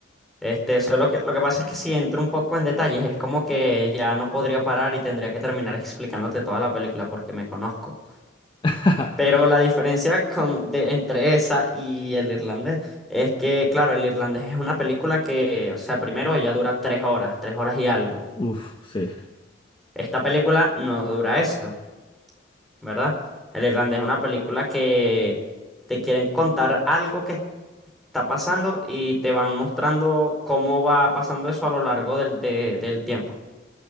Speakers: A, in the centre; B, on the left.
A: Este, solo que lo que pasa es que si entro un poco en detalles, es como que ya no podría parar y tendría que terminar explicándote toda la película porque me conozco.
B: <laughs>
A: Pero la diferencia con, de, entre esa y el irlandés es que, claro, el irlandés es una película que, o sea, primero ella dura tres horas, tres horas y algo.
B: Uf, sí.
A: Esta película no dura eso. ¿verdad? El Irlandés es una película que te quieren contar algo que está pasando y te van mostrando cómo va pasando eso a lo largo del, de- del tiempo,